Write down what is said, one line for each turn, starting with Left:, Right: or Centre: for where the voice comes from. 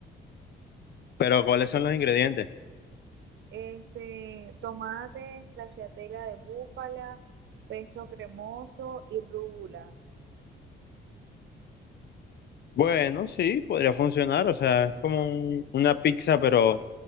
Left: pero ¿cuáles son los ingredientes?
Right: Este, tomate, stracciatella de búfala, pesto cremoso y rúgula.
Left: Bueno, sí, podría funcionar, o sea, es como un- una pizza, pero